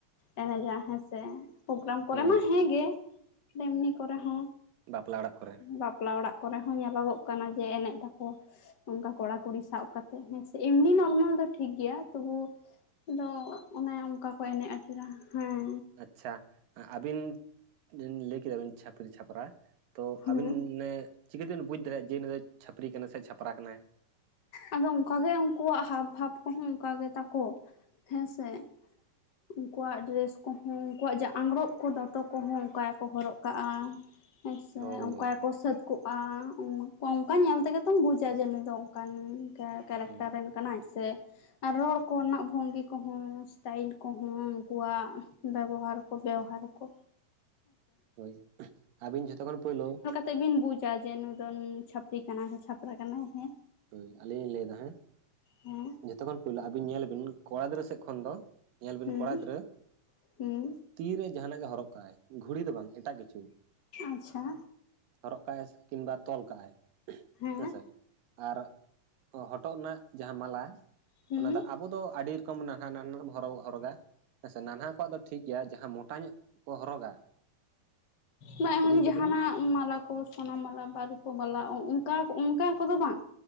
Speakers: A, on the left; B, on the right.
A: ᱮᱱᱮᱡᱟ ᱦᱮᱸᱥᱮ ᱯᱳᱜᱽᱨᱟᱢ ᱠᱚᱨᱮ
B: ᱦᱩᱸ
A: ᱢᱟ ᱦᱮᱸ ᱜᱮ ᱮᱢᱱᱤ ᱠᱚᱨᱮ ᱦᱚᱸ
B: ᱵᱟᱯᱞᱟ ᱚᱲᱟᱜ ᱠᱚᱨᱮ
A: ᱵᱟᱯᱞᱟ ᱚᱲᱟᱜ ᱠᱚᱨᱮ ᱦᱚᱸ ᱧᱮᱞᱚᱜᱚᱜ ᱠᱟᱱᱟ ᱡᱮ ᱮᱱᱮᱡᱽ ᱫᱟᱠᱚ ᱚᱱᱠᱟ ᱠᱚᱲᱟ ᱠᱩᱲᱤ ᱥᱟᱵ ᱠᱟᱛᱮᱜ ᱦᱮᱸᱥᱮ ᱮᱢᱱᱤ ᱱᱚᱨᱢᱟᱞ ᱫᱚ ᱴᱷᱤᱠ ᱜᱮᱭᱟ ᱛᱚᱵᱩ ᱫᱚ ᱚᱱᱮ ᱚᱱᱠᱟ ᱠᱚ ᱮᱱᱮᱡ ᱟᱹᱪᱩᱨᱟ ᱦᱮᱸ
B: ᱟᱪᱷᱟ ᱟᱹᱵᱤᱱ ᱞᱟᱹᱭ ᱠᱮᱫᱟ ᱵᱮᱱ ᱪᱷᱟᱯᱨᱤ ᱪᱷᱟᱯᱨᱟ ᱛᱚ
A: ᱦᱮᱸ
B: ᱟᱵᱤᱱ ᱱᱮ ᱪᱤᱠᱟᱹ ᱛᱮᱵᱤᱱ ᱵᱩᱡᱽ ᱫᱟᱲᱮᱭᱟᱜᱼᱟ ᱡᱮ ᱱᱩᱭ ᱫᱚ ᱪᱷᱟᱹᱯᱨᱤ ᱠᱟᱱᱟᱭ ᱥᱮ ᱪᱷᱟᱯᱨᱟ ᱠᱟᱱᱟᱭ
A: ᱟᱫᱚ ᱚᱱᱠᱟᱜᱮ ᱩᱱᱠᱩᱣᱟᱜ ᱦᱟᱵ ᱵᱷᱟᱵ ᱠᱚᱦᱚᱸ ᱚᱱᱠᱟ ᱜᱮ ᱛᱟᱠᱚ ᱦᱮᱸ ᱥᱮ ᱩᱱᱠᱩᱣᱟᱜ ᱰᱨᱮᱥ ᱠᱚᱦᱚᱸ ᱩᱱᱠᱩᱣᱟᱜ ᱡᱮ ᱟᱝᱜᱨᱚᱵ ᱠᱚ ᱫᱚᱛᱚ ᱠᱚᱦᱚᱸ ᱚᱱᱠᱟ ᱜᱮᱠᱚ ᱦᱚᱨᱚᱜ ᱠᱟᱜᱼᱟ ᱦᱮᱸ ᱥᱮ
B: ᱦᱳᱭ
A: ᱚᱱᱠᱟ ᱜᱮᱠᱚ ᱥᱟᱹᱛ ᱠᱚᱜᱼᱟ ᱚᱱᱠᱟ ᱧᱮᱞ ᱛᱮᱜᱮ ᱛᱚᱢ ᱵᱩᱡᱟ ᱡᱮ ᱱᱩᱭ ᱫᱚ ᱚᱱᱠᱟᱱ ᱠᱮᱨᱮᱠᱴᱟᱨ
B: ᱦᱩᱸ
A: ᱨᱮᱱ ᱠᱟᱱᱟᱭ ᱥᱮ ᱟᱨ ᱨᱚᱲ ᱠᱚ ᱨᱮᱱᱟᱜ ᱵᱷᱚᱝᱜᱤ ᱠᱚᱦᱚᱸ ᱥᱴᱟᱭᱤᱞ ᱠᱚᱦᱚᱸ ᱩᱱᱠᱩᱣᱟᱜ ᱵᱮᱵᱚᱦᱟᱨ ᱠᱚ ᱵᱮᱣᱦᱟᱨᱟᱠᱚ
B: <unintelligible> ᱦᱳᱭ ᱟᱹᱵᱤᱱ ᱡᱷᱚᱛᱚ ᱠᱷᱚᱱ ᱯᱳᱭᱞᱩ
A: ᱛᱮᱵᱤᱱ ᱵᱩᱡᱟ ᱡᱮ ᱱᱩᱭ ᱫᱚ ᱪᱷᱟᱹᱯᱨᱤ ᱠᱟᱱᱟᱭ ᱥᱮ ᱪᱷᱟᱯᱨᱟ ᱠᱟᱱᱟᱭ ᱦᱮᱸ?
B: ᱳᱭ ᱟᱹᱞᱤᱧ ᱞᱤᱧ ᱞᱟᱹᱭ ᱫᱟ ᱦᱮᱸ,
A: ᱦᱮᱸ
B: ᱡᱷᱚᱛᱚ ᱠᱷᱚᱱ ᱯᱳᱭᱞᱳ ᱟᱹᱵᱤᱱ ᱧᱮᱞ ᱵᱤᱱ ᱠᱚᱲᱟ ᱜᱤᱫᱽᱨᱟᱹ ᱥᱮᱫ ᱠᱷᱚᱱ ᱫᱚ ᱧᱮᱞ ᱵᱤᱱ
A: ᱦᱩᱸ
B: ᱠᱚᱲᱟ ᱜᱤᱫᱽᱨᱟᱹ
A: ᱦᱩᱸ
B: ᱛᱤ ᱨᱮ ᱡᱟᱦᱟᱱᱟᱜ ᱜᱮ ᱦᱚᱨᱚᱜ ᱠᱟᱜᱼᱟᱭ ᱜᱷᱩᱲᱤ ᱫᱚ ᱵᱟᱝ ᱮᱴᱟᱜ ᱠᱤᱪᱷᱩ
A: ᱟᱪᱪᱷᱟ
B: ᱦᱚᱨᱚᱜ ᱠᱟᱜᱼᱟᱭ ᱠᱤᱢ ᱵᱟ ᱛᱚᱞ ᱠᱟᱜᱼᱟᱭ
A: ᱦᱮᱸ
B: ᱦᱮᱸᱥᱮ ᱟᱨ ᱦᱚᱴᱚᱜ ᱨᱮᱱᱟᱜ ᱡᱟᱦᱟᱸ ᱢᱟᱞᱟ
A: ᱦᱩᱸ
B: ᱚᱱᱟ ᱫᱚ ᱟᱵᱚ ᱫᱚ ᱟᱹᱰᱤ ᱠᱚᱢ ᱱᱟᱱᱟᱜ ᱱᱚᱜ ᱦᱚᱨᱚᱜᱟ ᱦᱮᱸ ᱥᱮ ᱱᱟᱱᱦᱟ ᱠᱚᱣᱟᱜ ᱫᱚ ᱴᱷᱤᱠ ᱜᱮᱭᱟ ᱡᱟᱦᱟᱸ ᱢᱚᱴᱟ ᱧᱚᱜ ᱠᱚ ᱦᱚᱨᱚᱜᱟ
A: ᱵᱟ ᱮᱢᱚᱱ
B: ᱩᱨᱩᱢ ᱠᱚᱵᱤᱱ
A: ᱡᱟᱦᱟᱱᱟᱜ ᱢᱟᱞᱟ ᱠᱚ ᱥᱚᱱᱟ ᱢᱟᱞᱟ ᱵᱟ ᱨᱩᱯᱟᱹ ᱵᱟᱞᱟ ᱚᱱᱠᱟ ᱚᱱᱠᱟ ᱠᱚᱫᱚ ᱵᱟᱝ